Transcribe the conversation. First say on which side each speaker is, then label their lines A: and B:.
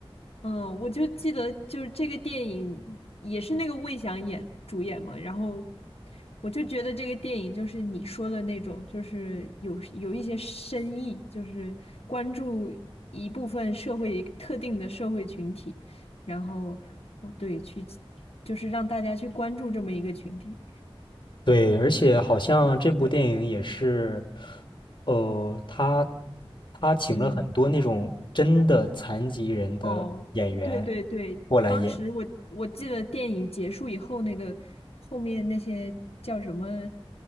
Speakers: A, on the left; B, on the left.
A: 嗯，我就记得就是这个电影也是那个魏翔演主演嘛，然后我就觉得这个电影就是你说的那种，就是有有一些深意，就是关注一部分社会特定的社会群体，然后哦对，去就是让大家去关注这么一个群体。
B: 对，而且好像这部电影也是，呃，他他请了很多那种真的残疾人的演员
A: 嗯。哦，对对对，
B: 过来演。
A: 当时我我记得电影结束以后，那个后面那些叫什么，